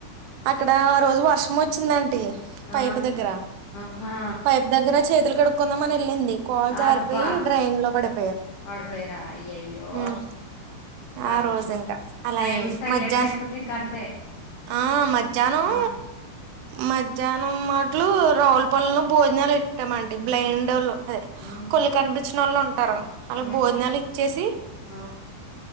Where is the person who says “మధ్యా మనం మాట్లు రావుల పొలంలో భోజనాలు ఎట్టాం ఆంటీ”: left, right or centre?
Right